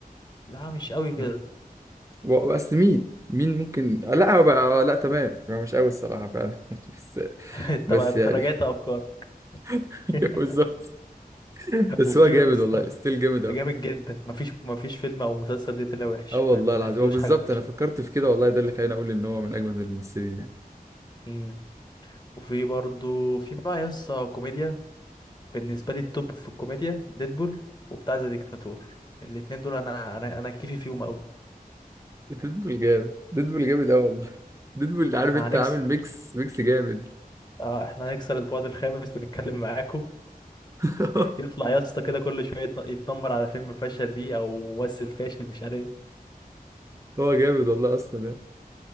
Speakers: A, on the left; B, on the right.
A: لا مش قوي كده
B: فاهم؟
A: <laughs>
B: و- وأصل مين مين ممكن لا هو بقى لا تمام هو مش قوي الصراحة فعلا <laughs> بس
A: انت
B: بس
A: بقى- انت
B: يعني
A: راجعت افكارك
B: <laughs>
A: <laughs>
B: بالظبط بس
A: وفي
B: هو جامد
A: يا اسطى
B: والله ستيل جامد قوي
A: جامد جدا مفيش مفيش فيلم او مسلسل ليه طلع وحش
B: اه والله
A: ما ما
B: العظيم
A: شفتلوش
B: هو بالظبط
A: حاجه وحشه
B: انا فكرت في كده والله ده اللي خلاني اقول ان هو من اجمد الممثلين يعني
A: امم وفي برضو في بقى يسطا كوميديا بالنسبه لي التوب في الكوميديا ديدبول وبتاع ذا ديكتاتور الاتنين دول انا انا انا كيفي فيهم قوي
B: ديدبول جامد ديدبول جامد قوي والله ديدبول عارف
A: احنا
B: انت
A: هنكسر
B: عامل ميكس ميكس جامد
A: اه احنا هنكسر البعد الخامس ونتكلم معاكم
B: <laughs>
A: يطلع يسطا كده كل شويه يتن- يتنمر على فيلم فشل ليه او ممثل فاشل مش عارف ايه
B: هو جامد والله اصلا يعني